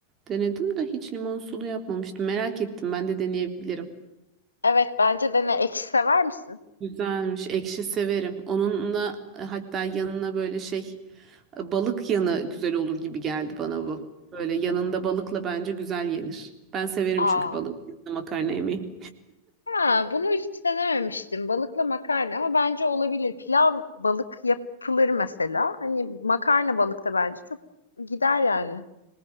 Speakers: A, on the right; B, on the left.
A: denedim de hiç limon sulu yapmamıştım. Merak ettim. Ben de deneyebilirim.
B: Evet bence dene. Ekşi sever misin?
A: Güzelmiş. Ekşi severim. Onunla e, hatta yanına böyle şey e, balık yanı güzel olur gibi geldi
B: Hmm.
A: bana bu. Böyle yanında balıkla bence güzel yenir. Ben severim
B: Aa.
A: çünkü balık yanında makarna yemeyi.
B: Ha, bunu hiç denememiştim. Balıkla makarna ama bence olabilir. Pilav balık yapılır mesela. Hani makarna balık da bence çok gider yani.